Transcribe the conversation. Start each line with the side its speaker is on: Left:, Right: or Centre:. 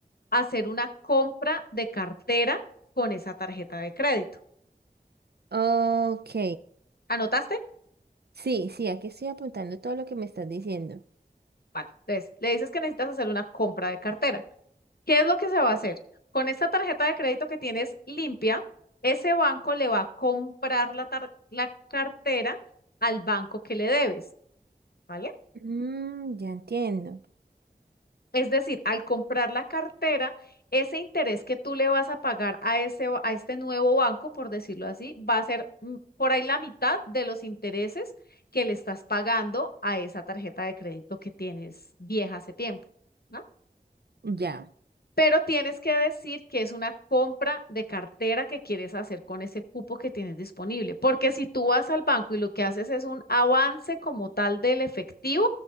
Left: hacer una compra de cartera con esa tarjeta de crédito.
Right: Ok.
Left: ¿Anotaste?
Right: Sí, sí, aquí estoy apuntando todo lo que me estás diciendo.
Left: Vale. Entonces, le dices que necesitas hacer una compra de cartera. ¿Qué es lo que se va a hacer? Con esta tarjeta de crédito que tienes limpia, ese banco le va a comprar la, tar- la cartera al banco que le debes. ¿vale?
Right: Mm, ya entiendo.
Left: Es decir, al comprar la cartera, ese interés que tú le vas a pagar a ese, ba- a este nuevo banco, por decirlo así, va a ser mm, por ahí la mitad de los intereses que le estás pagando a esa tarjeta de crédito que tienes vieja hace tiempo, ¿no?
Right: Ya.
Left: Pero tienes que decir que es una compra de cartera que quieres hacer con ese cupo que tienes disponible, porque si tú vas al banco y lo que haces es un avance como tal del efectivo,